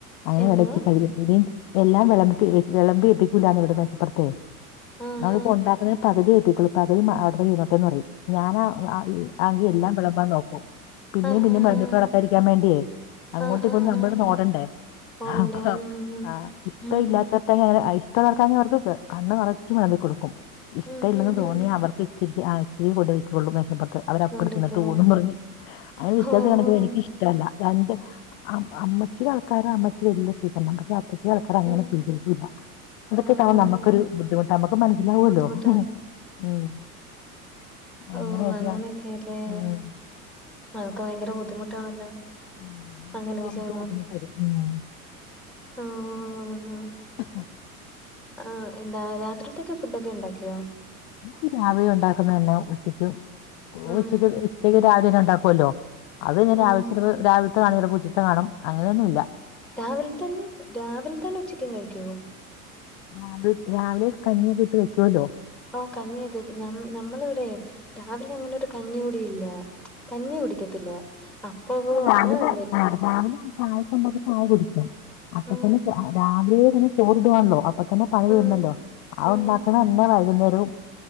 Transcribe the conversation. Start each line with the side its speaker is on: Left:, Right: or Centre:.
Left: അങ്ങനെ
Centre: എന്തോ
Left: ഇളച്ചി <unintelligible> എല്ലാം വിളമ്പിവിളമ്പി വെപ്പിക്കൂല്ലന്ന് ഇവിട്ന്ന് ഇപ്പടുത്ത്
Centre: ആഹ്
Left: നമ്മളിപ്പോ ഉണ്ടാക്കുന്ന പകുതി എത്തിക്കളു പകുതി അവിടുന്ന് തിന്നോട്ടെന്ന് പറയും ഞാനാ ആഹ് അത് എല്ലാം വിളമ്പാ നോക്കും പിന്നേ
Centre: ആഹ്
Left: പിന്നേ
Centre: ആഹ്
Left: <unintelligible> ഇരിക്കാൻ വേണ്ടിയേ അങ്ങോട്ട്
Centre: ആഹ്
Left: ഇങ്ങോട്ട്
Centre: ആഹ്
Left: നമ്മള്ന്ന
Centre: ആഹ്
Left: ഓടേണ്ടേ
Centre: പോണുണ്ട്
Left: <unintelligible>
Centre: ഉം
Left: അഹ് ഇഷ്ടം
Centre: ഉം
Left: ഇല്ലാത്തത്തങ്ങനെ അയ് <unintelligible> കണ്ണ് നിറച്ച് വിളമ്പികൊടുക്കും ഇഷ്ട
Centre: ഉം
Left: ഇല്ലെന്ന്
Centre: ഉം
Left: തോന്നി
Centre: ഉം
Left: അവർക്ക് ശരിക്ക് ആ ഇച്ച്‌രി കൂടുതൽ വെച്ചൊ ള്ളു മേശ പൊർത്ത് അവര് അപ്പടെ
Centre: കൊണ്ടിക്കണ്
Left: തിന്ന് ട്ട് പോന്നന്ന് പറഞ് അങ്ങനെ വ്യത്യാസം
Centre: ഓഹ്
Left: കാണിക്കുമ്പോഎനിക്ക് ഇഷ്ടല്ല രണ്ട് അമ്മ അമ്മച്ചീടെ ആൾക്കാരെ അമ്മച്ചി വല്യ സീകരണാ പക്ഷെ പുതിയ ആൾക്കാരെ അങ്ങനെ
Centre: ഉം
Left: സ്വീകരിക്കൂ ല്ല അതൊക്കെ
Centre: ഓഹ്
Left: കാണുമ്പോ
Centre: ഓഹ്
Left: നമ്മക്കൊരു ബുദ്ധിമുട്ടാ നമക്ക് മനസ്സിലാവല്ലോ
Centre: ബുദ്ധിമുട്ടാ
Left: ഉം അങ്ങനെയൊക്കെയാണ്
Centre: ഓ അങ്ങനെയൊക്കെല്ലേ
Left: ഉം
Centre: അതൊക്കെ ഭയങ്കര ബുദ്ധിമുട്ടാണല്ലോ
Left: ഉം അങ്ങനെ
Centre: അങ്ങനെയൊക്കെ
Left: ആവുമ്പോ
Centre: ചെയ്യുമ്പോ
Left: ബുദ്ധിമുട്ട് വരും ഉം
Centre: ആഹ്
Left: ആ
Centre: ആ എന്താ രാത്രിത്തേക്ക് ഫുഡൊക്കെ ഉണ്ടാക്കിയോ
Left: അതിരാവിലെ ഉണ്ടാക്കുന്നന്നെ ഉച്ചക്കും
Centre: ഉം
Left: ഉച്ചയ്ക്ക് ഉച്ചക്ക് രാവിലന്നെ ഉണ്ടാക്കുവല്ലോ അത് ന്നെ രാവിലെ
Centre: ആഹ്
Left: ചെലപ്പോ രാവി ത്തെ കാണില്ല ഉച്ചിത്തെ കാണും അങ്ങനെയൊന്നും ഇല്ല
Centre: രാവിലെ തന്നെ രാവിലെ തന്നെ ഉച്ചക്ക് കഴിക്കുവോ
Left: രാവില രാവിലെ കഞ്ഞിയക്കെട്ട് വെക്കല്ലോ
Centre: ഓ കഞ്ഞിയൊക്കെ നമ്മളെ ഇവിടെ രാവിലെ അങ്ങനെ ഒരു കഞ്ഞി കുടിയില്ല കഞ്ഞി കുടിക്കത്തില്ല അപ്പവ്
Left: രാവിലെ
Centre: അങ്ങനണ്ടെ
Left: ആഹ് രാവിലെ ആ ചായ കൊണ്ടാക്കി ചായ കുടിക്കും അപ്പ
Centre: ഉം
Left: തന്നെ രാവിലെ ഇങ്ങനെ ചോറിടുവാണല്ലോ അപ്പൊ തന്നെ പണി തീർന്നല്ലോ
Centre: ഉം
Left: ആ
Centre: ഉം
Left: ഉണ്ടാക്കുന്നന്നെ വൈകുന്നേരവും